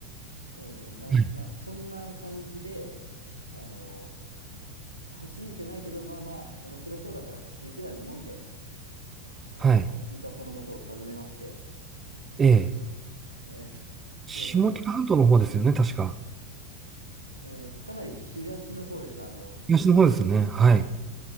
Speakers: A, on the right (about 85°); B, on the right (about 20°).
A: うん、なん、
B: はい。
A: まあ、そんな感じで、あのあ信じてないけど、まあまあ、面白そうだからっていうぐらいのもんで、あの、
B: はい。
A: イタコのもとを訪ねまして、
B: ええ。
A: えーすで、
B: 下北半島の方ですよね、
A: たし、
B: 確か。
A: えーっと、かなり東の方です、あの、
B: 東の方ですよね。はい。
A: はい。